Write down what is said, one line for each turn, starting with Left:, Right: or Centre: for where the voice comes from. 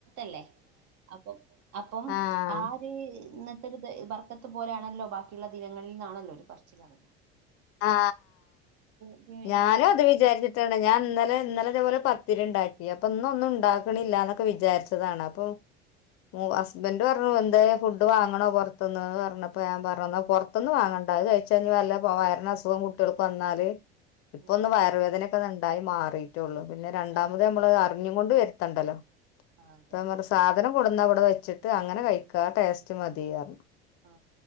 Right: ല്ലേ അപ്പ അപ്പം
Left: ആഹ്
Right: ആ ഒരു ഇന്നത്തെ ബർക്കത്ത് പോലെയാണല്ലോ ബാക്കിയുള്ള ദിനങ്ങളിൽ നിന്നാണല്ലോ ഒരു പറർച്ചിലാണല്ലോ
Left: ആ
Right: ഇതിന് വേണ്ടിയിട്ടാണ്
Left: ഞാനും അത് വിചാരിച്ചിട്ടാണ് ഞാൻ ഇന്നലെ ഇന്നലെ ഇതുപോലെ പത്തിരി ഉണ്ടാക്കിയപ്പ പ്പന്നെന്നും ണ്ടാക്ക്ണില്ല ന്നൊക്കെ വിചാര്ച്ചതാണ് അപ്പം മു അസ് ബന്റ് പർഞ്ഞു എന്തായെ ഫുഡ് വാങ്ങണോ പൊർത്ത്ന്ന്ന് പർഞ്ഞപ്പ ഞാൻ പറഞ്ഞു നാ പൊർ ഒന്ന് വാങ്ങണ്ടാ അത്‌ കഴിച്ചഴഞ്ഞ വല്ല വയർന് അസുഖം കുട്ടിൾക്ക് വന്നാല് ഇപ്പൊന്ന്
Right: ആഹ്
Left: വയറ് വേദനൊക്കെതാ ണ്ടായി മാറിട്ടൊള്ളൂ പിന്നെ രണ്ടാമത്
Right: ആഹ്
Left: അമ്മള് അറിഞ്കൊണ്ട് വര് എത്തണ്ടല്ലോ
Right: അതന്നെ
Left: പ്പംസാദനം കൊണ്ട് ന്ന വ്ടെ വെച്ച്ട്ട് അങ്ങന കഴിക്കാ ടേസ്റ്റ് മതീയർഞ്ഞു.
Right: ആ